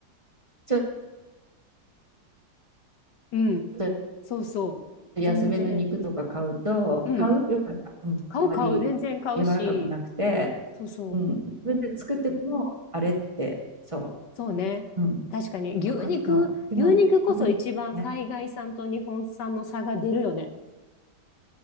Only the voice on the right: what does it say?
ちょっ
と
安めの肉とか買うと、
買うよかった。うんあまり柔らかくなくて、
うん、自分で作ってても、あれって、そ
う、うん、
分かった。でも、
硬くね、